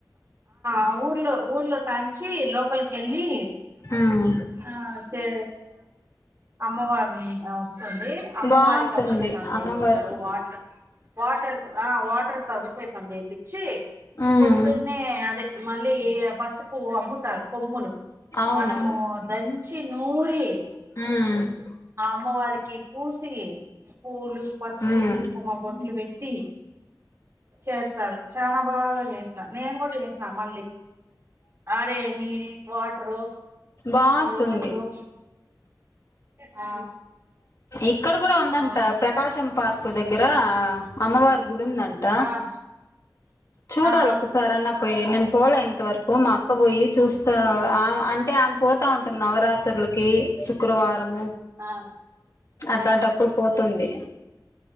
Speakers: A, on the right; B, on the left.
A: ఆ ఊర్లో ఊర్లో తాంచి లోపలికి కెళ్ళి
B: ఉమ్
A: ఆ తే అమ్మవారు ఉంటా వస్తుంది అమ్మవారికి
B: బాగుంటుంది
A: అభిషేకాలు
B: అమ్మవారికి
A: చేపిస్తారు వాటి వాటర్ ఆ వాటర్ తో అభిషేకం చేపిచ్చి
B: ఉమ్
A: పోద్ ద్దునే అదే మళ్ళీ పసుపు అమ్ముతారు కొమ్ములు
B: అవును
A: మనము దంచి నూరి
B: ఆమ్
A: ఆ అమ్మవారికి పూసి పూలు పసుపు
B: ఉమ్
A: కుంకుమా బొట్లు పెట్టి చేస్తారు చాలా బాగా చేసినారు నేను కూడా చేసిన మళ్ళీ అరే నీల్ వాటరు
B: బాంటుంది
A: రోళ్ళు ఆ
B: ఇక్కడ కూడా ఉందంట
A: అవును
B: ప్రకాశం పార్క్ దగ్గర అమ్మవారు గుడుందంట
A: ఆ
B: చూడాలి
A: ఆ
B: ఒకసారన్నా పోయి నేను పోలే ఇంతవరకు మా అక్క పోయి చూస్తా అంటే ఆమె పోతా ఉంటుంది నవరాత్రి లకి శుక్రవారము
A: ఆ
B: అట్లాంటప్పుడు
A: ఆ
B: పోతుంది